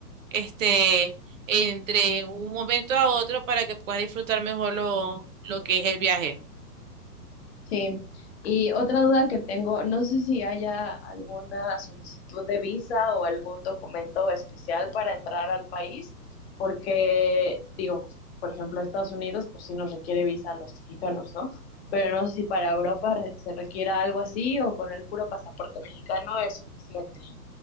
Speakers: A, on the right (about 55°); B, on the left (about 40°).
A: este, entre un momento a otro para que pueda disfrutar mejor lo, lo que es el viaje.
B: Sí, y otra duda que tengo, no sé si haya alguna solicitud de visa o algún documento especial para entrar al país, porque digo, por ejemplo, Estados Unidos, pues sí nos requiere visa a los mexicanos, ¿no? Pero no sé si para Europa re- se requiera algo así o con el puro pasaporte mexicano es suficiente.